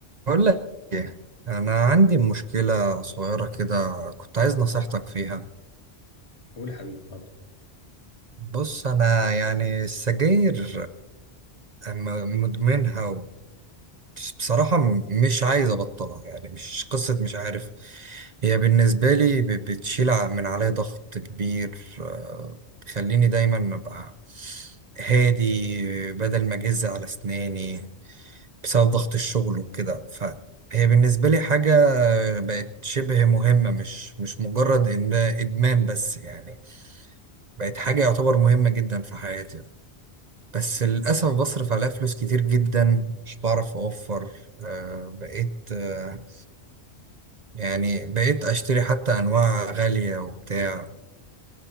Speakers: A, on the right; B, on the left.
A: بقول لك انا عندي مشكله صغيره كده كنت عايز نصيحتك فيها
B: قول حبيبي اتفضل
A: بص انا يعني السجاير م- مدمنها و- بصراحه م- مش عايز ابطلها يعني مش قصه مش عارف هي بالنسبه لي ب- بتشيل ع- من عليا ضغط كبير آه، تخليني دايما ابقى هادي بدل ما اجز على اسناني بسبب ضغط الشغل وكده فهي بالنسبة لي حاجة بقت شبه مهمة مش مش مجرد إن إدمان بس يعني بقت حاجة يعتبر مهمة جدا في حياتي بس للأسف بصرف عليها فلوس كتير جدا مش بعرف أوفر آه بقيت آه يعني بقيت أشتري حتى أنواع غالية وبتاع